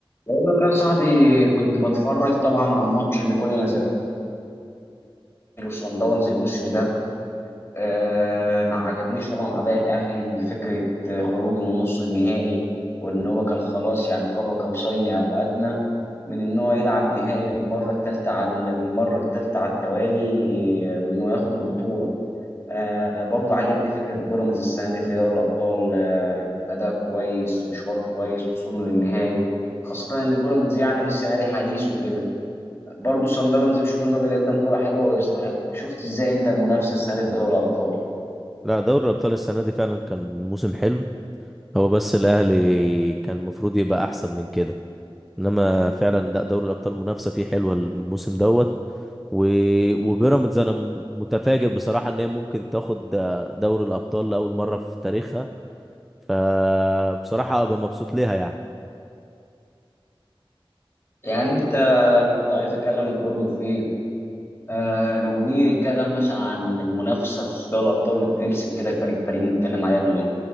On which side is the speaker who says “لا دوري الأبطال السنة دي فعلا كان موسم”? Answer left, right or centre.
Centre